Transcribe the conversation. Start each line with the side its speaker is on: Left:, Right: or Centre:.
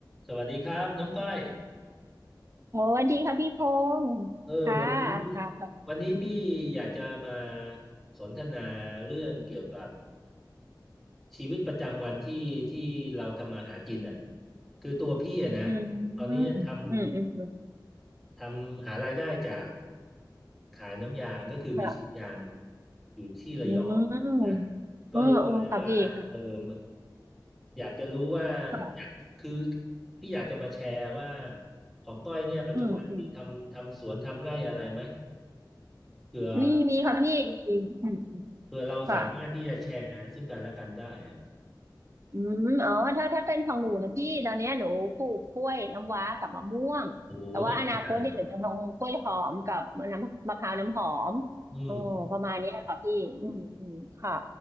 Centre: สวัสดีครับน้องก้อย
Right: โอ้สวัสดีค่ะพี่พงศ์
Centre: เออวันนี้
Right: ค่ะค่ะค่ะ
Centre: วันนี้พี่อยากจะมาสนทนาเรื่องเกี่ยวกับชีวิตประจำวันที่ที่เราทำมาหากินอ่ะคือตัวพี่อ่ะนะ
Right: อืมอืมอืมอืม
Centre: ตอนนี้ทำทำหารายได้จากขายน้ำยางก็คือมีสวนยาง
Right: ค่ะ
Centre: อยู่ที่ระยองนะ
Right: อืม
Centre: ก็เลยว่าเออมัน
Right: เออเออค่ะพี่ค่ะ
Centre: อยากจะรู้ว่า
Right: ค่ะ
Centre: อยากคือพี่อยากจะมาแชร์ว่าของก้อยเนี่ยปัจจุบันมีทำทำสวนทำไร่อะไรไหม
Right: อืมอืม
Centre: เผื่อ
Right: มีมีค่ะพี่มีอืมอืม
Centre: เผื่อเราสามารถที่จะแชร์ซึ่งกันและกันได้อะ
Right: ค่ะ อืมอ๋อถ้าถ้าเป็นของหนูนะพี่ตอนเนี้ยหนูปลูกกล้วยน้ำว้ากับมะม่วงแต่ว่าอนาคตเนี่ยหนูจะลงกล้วยหอมกับน้ำมะพร้าวน้ำหอม
Centre: โอ้โหน่าสนใจอะอืม
Right: โอ้ประมาณเนี้ยค่ะพี่อืมอืมค่ะ